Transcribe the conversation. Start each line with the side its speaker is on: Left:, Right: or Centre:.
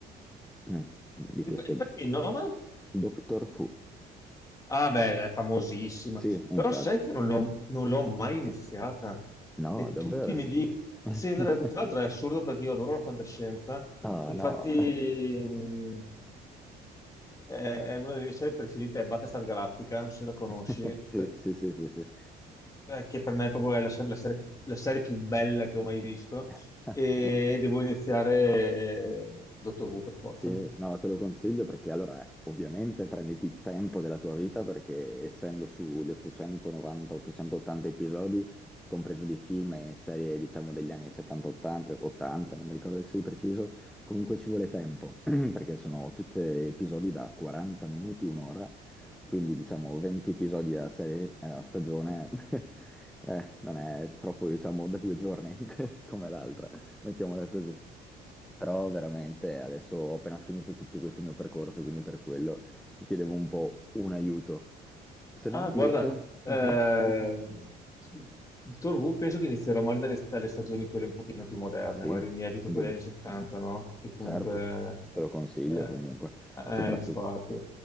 Centre: mm, di
Left: Rip-
Centre: questo
Left: Ripetimi il nome?
Centre: Doctor Who.
Left: Ah, beh, è famosissima.
Centre: Sì, infatti.
Left: Però sai che non l'ho non l'ho mai iniziata.
Centre: No,
Left: E
Centre: davvero?
Left: tutti mi dicono...
Centre: <laughs>
Left: Sì, tra tra l'altro è assurdo perché io adoro la fantascienza.
Centre: Ah,
Left: Infatti,
Centre: no.
Left: mh, è è una delle mie serie preferite, è Battlestar Galactica, non so se la conosci,
Centre: <laughs> Sì,
Left: per-
Centre: sì, sì, sì, sì.
Left: eh, che per me proprio è la, se- la serie, la serie più bella che ho mai visto.
Centre: <laughs>
Left: E devo iniziare eh, Dottor Who per forza.
Centre: Sì, no, te lo consiglio perché allora eh, ovviamente prenditi il tempo della tua vita perché essendo sugli 890-880 episodi, compreso di film e serie diciamo degli anni 70-80, 80, non mi ricordo adesso di preciso, comunque ci vuole tempo <clears throat> perché sono tutti episodi da 40 minuti, un'ora, quindi diciamo 20 episodi a, serie, a stagione <laughs> eh, non è troppo diciamo da due giorni <laughs> come l'altra mettiamola così. Però veramente adesso ho appena finito tutto questo mio percorso, quindi per quello ti chiedevo un po' un aiuto. Se
Left: Ah,
Centre: no, invece,
Left: guarda,
Centre: mhm,
Left: ehm, Dottor Who penso che inizierò magari dalle, dalle stagioni quelle un pochino più moderne,
Centre: sì,
Left: magari mi evito
Centre: du-
Left: quelle anni 70, no? Che comunque...
Centre: certo, te lo consiglio
Left: Eh,
Centre: comunque,
Left: eh,
Centre: soprattutto.
Left: infatti.